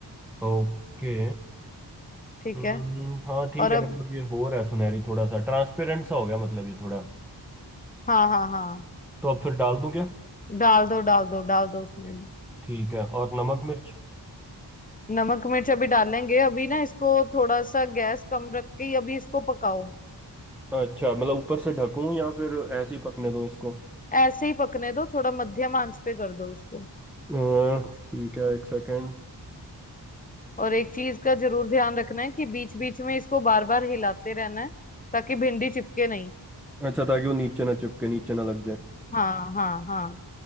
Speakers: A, in the centre; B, on the left.
A: ओके
B: ठीक
A: हम्म
B: है
A: हाँ ठीक
B: और
A: है
B: अब
A: मतलब ये हो रहा है सुनहरी थोड़ा सा ट्रांसपेरेंट सा हो गया मतलब ये थोड़ा
B: हाँ हाँ हाँ
A: तो अब फिर डाल दूं क्या
B: डाल दो डाल दो डाल दो उसमें
A: ठीक है और नमक मिर्च
B: नमक मिर्च अभी डालेंगे अभी ना इसको थोड़ा सा गैस कम रख के ही अभी इसको पकाओ
A: अच्छा मतलब ऊपर से ढकूं या फिर ऐसे ही पकने दूं इसको
B: ऐसे ही पकने दो थोड़ा मध्यम आंच पे कर दो उसको
A: अ, ठीक है एक सेकेंड
B: और एक चीज का जरूर ध्यान रखना है कि बीच बीच में इसको बार बार हिलाते रहना है ताकि भिंडी चिपके नहीं
A: अच्छा ताकि वो नीचे ना चिपके नीचे ना लग जाए
B: हाँ हाँ हाँ